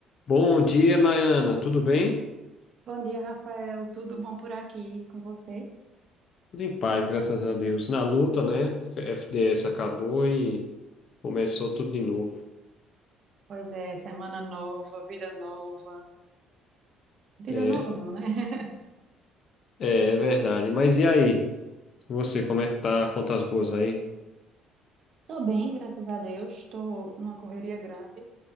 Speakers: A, on the left; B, on the right.
A: Bom dia, Nayana. Tudo bem?
B: Bom dia, Rafael. Tudo bom por aqui e com você?
A: Tudo em paz, graças a Deus. Na luta, né? F- FDS acabou e começou tudo de novo.
B: Pois é, semana nova, vida nova. Vida
A: É,
B: nova não, né? <laughs>
A: é, é verdade. Mas e aí? Você, como é que tá? Contas boas aí?
B: Tô bem, graças a Deus. Tô numa correria grande.